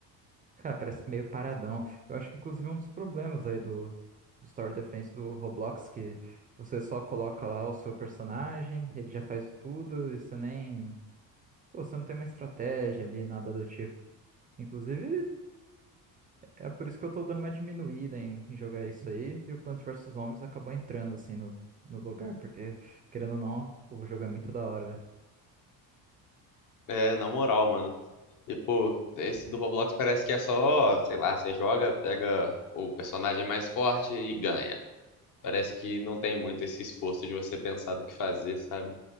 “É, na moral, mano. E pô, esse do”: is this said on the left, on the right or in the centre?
Left